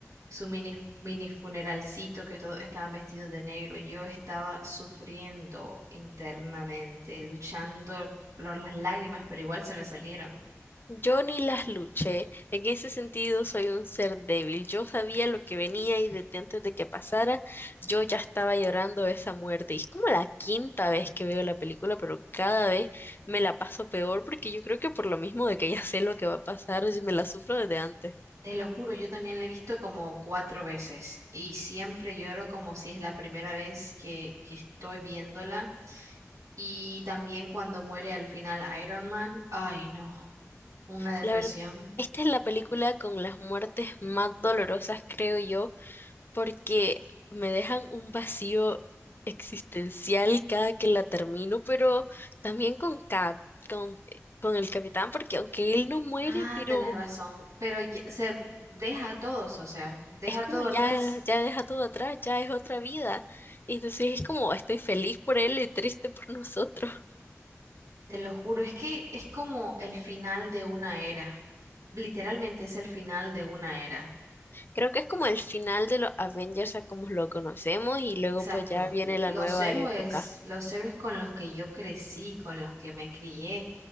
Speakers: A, on the right; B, on the left.
A: su mini, mini funeralcito, que todos estaban vestidos de negro, yo estaba sufriendo internamente, luchando por las lágrimas, pero igual se me salieron.
B: Yo ni las luché. En ese sentido, soy un ser débil. Yo sabía lo que venía y desde antes de que pasara, yo ya estaba llorando esa muerte. Y es como la quinta vez que veo la película, pero cada vez me la paso peor porque yo creo que por lo mismo de que ya sé lo que va a pasar, y me la sufro desde antes.
A: Te lo juro, yo también la he visto como cuatro veces y siempre lloro como si es la primera vez que, que estoy viéndola Y también cuando muere al final Iron Man, ay no, una depresión.
B: La verdad, esta es la película con las muertes más dolorosas, creo yo porque me dejan un vacío existencial cada que la termino, pero también con Cap, con, con el capitán, porque aunque él no muere,
A: Ah,
B: pero
A: tenés razón, pero ya- se deja a todos, o sea, deja
B: es como
A: todo
B: ya,
A: atrás,
B: ya deja todo atrás, ya es otra vida. Entonces es como estoy feliz por él y triste por nosotros.
A: te lo juro, es que es como el final de una era, literalmente es el final de una era.
B: Creo que es como el final de los Avengers a como lo conocemos y
A: Exacto.
B: luego pues ya viene
A: l-
B: la
A: Los
B: nueva
A: héroes,
B: época.
A: los héroes con los que yo crecí, con los que me crié,